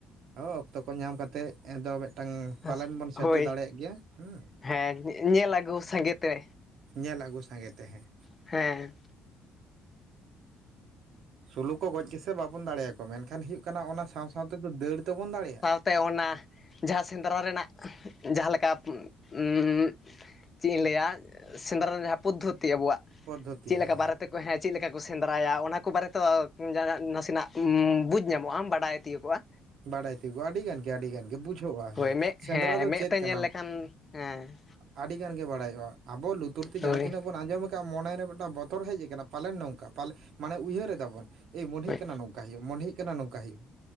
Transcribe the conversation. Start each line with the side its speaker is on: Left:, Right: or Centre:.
Right: ᱚ ᱚᱠᱛᱚ ᱠᱚ ᱧᱟᱢ ᱠᱟᱛᱮᱜ ᱼᱼ ᱟᱫᱚ ᱢᱤᱫ ᱴᱟᱝ,
Left: ᱦᱮᱸ
Right: ᱯᱟᱞᱮᱱ ᱵᱚᱱ ᱥᱮᱴᱮᱨ
Left: ᱦᱳᱭ
Right: ᱫᱟᱲᱮᱭᱟᱜ ᱜᱮᱭᱟ। ᱦᱩᱸ
Left: ᱦᱮᱸ᱾ ᱧᱮᱞ ᱟᱹᱜᱩ ᱥᱟᱸᱜᱮ ᱛᱮ।
Right: ᱧᱮᱞ ᱟᱹᱜᱩ ᱥᱟᱸᱜᱮ ᱛᱮ ᱦᱮᱸ।
Left: ᱦᱮᱸ।
Right: ᱥᱩᱞᱩ ᱠᱚ ᱜᱚᱡ ᱜᱮᱥᱮ ᱵᱟᱵᱚᱱ ᱫᱟᱲᱮᱭᱟᱠᱚᱣᱟ᱾ ᱢᱮᱱᱠᱷᱟᱱ, ᱦᱩᱭᱩᱜ ᱠᱟᱱᱟ ᱚᱱᱟ ᱥᱟᱶ ᱥᱟᱶᱛᱮ ᱫᱚ ᱫᱟᱹᱲ ᱛᱮᱵᱚᱱ ᱫᱟᱲᱮᱭᱟᱜᱼᱟ।
Left: ᱛᱮ ᱚᱱᱟ ᱡᱟᱦᱟᱸ ᱥᱮᱸᱫᱽᱨᱟ ᱨᱮᱱᱟᱜ, ᱡᱟᱦᱟᱸᱞᱮᱠᱟ ᱢᱩᱸᱻ ᱹᱹ ᱹ ᱪᱮᱫ ᱤᱧ ᱞᱟᱹᱭᱟ? ᱥᱮᱸᱫᱽᱨᱟ ᱡᱟᱦᱟᱸ ᱯᱚᱫᱽᱫᱷᱚᱛᱤ ᱟᱵᱚᱣᱟᱜ,
Right: ᱯᱚᱫᱽᱫᱷᱚᱛᱤ
Left: ᱪᱮᱫ
Right: ᱦᱮᱸ
Left: ᱞᱮᱠᱟ ᱵᱟᱨᱮᱛᱮ ᱼᱼ ᱦᱮᱸ, ᱪᱮᱫ ᱞᱮᱠᱟ ᱠᱚ ᱥᱮᱸᱫᱽᱨᱟᱭᱟ? ᱚᱱᱟ ᱠᱚ ᱵᱟᱨᱮ ᱛᱚ, ᱱᱟᱥᱮᱱᱟᱜ ᱵᱩᱡᱽ ᱧᱟᱢ ᱼᱼ ᱢᱚᱜ ᱟᱢ ᱵᱟᱰᱟᱭ ᱛᱤᱭᱩᱜᱚᱜᱼᱟ।
Right: ᱵᱟᱲᱟᱭ ᱛᱤᱭᱩᱜᱚᱜᱼᱟ, ᱟᱹᱰᱤᱜᱟᱱ ᱜᱮ ᱟᱹᱰᱤᱜᱟᱱ ᱜᱮ ᱵᱩᱡᱷᱟᱹᱜᱼᱟ ᱦᱮᱸ।
Left: ᱦᱳᱭ ᱢᱮᱫ ᱦᱮᱸ
Right: ᱥᱮᱸᱫᱽᱨᱟ ᱫᱚ
Left: ᱢᱮᱫ
Right: ᱪᱮᱫ
Left: ᱛᱮ
Right: ᱠᱟᱱᱟ?
Left: ᱧᱮᱞ ᱞᱮᱠᱷᱟᱱ ᱦᱮᱸ
Right: ᱟᱹᱰᱤ ᱜᱟᱱ ᱜᱮ ᱵᱟᱲᱟᱭᱚᱜᱼᱟ। ᱟᱵᱚ ᱞᱩᱛᱩᱨ ᱛᱮ
Left: ᱦᱳᱭ
Right: ᱡᱟᱦᱟᱸ ᱛᱤᱱᱟᱹᱜ ᱵᱚᱱ ᱟᱸᱡᱚᱢ ᱼᱼ ᱠᱟᱜᱼᱟ᱾ ᱢᱚᱱᱮᱨᱮ ᱢᱤᱫᱴᱟᱝ ᱵᱚᱛᱚᱨ ᱦᱮᱡ ᱟᱠᱟᱱᱟ, ᱯᱟᱞᱮᱱ ᱱᱚᱝᱠᱟ? ᱯᱟᱞᱮᱱ ᱢᱟᱱᱮ ᱩᱭᱦᱟᱹᱨ ᱮᱫᱟ ᱼ ᱚᱱ ᱮᱹᱭ ᱢᱚᱱᱦᱮᱹᱜ
Left: ᱦᱳᱭ
Right: ᱠᱟᱱᱟ ᱱᱚᱝᱠᱟ ᱦᱳᱭᱳᱜ ᱢᱚᱱᱦᱮᱹᱜ ᱠᱟᱱᱟ ᱱᱚᱝᱠᱟ ᱦᱳᱭᱳᱜ ᱾